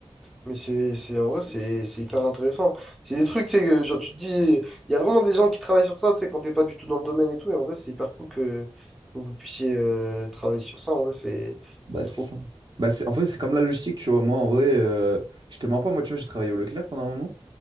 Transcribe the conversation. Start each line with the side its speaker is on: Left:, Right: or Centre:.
Centre: Mais c'est, c'est, en vrai, c'est c'est hyper intéressant. C'est des trucs, tu sais, que, genre, tu te dis, il y a vraiment des gens qui travaillent sur ça, tu sais, quand t'es pas du tout dans le domaine et tout. Et en vrai, c'est hyper cool que, que vous puissiez euh, travailler sur ça. En vrai, c'est
Right: Bah,
Centre: c'est
Right: c'est
Centre: trop
Right: ça. Bah, c'est, en fait, c'est comme la logistique, tu vois. Moi, en vrai, euh, je te mens pas, moi, tu vois, j'ai travaillé au Leclerc pendant un moment.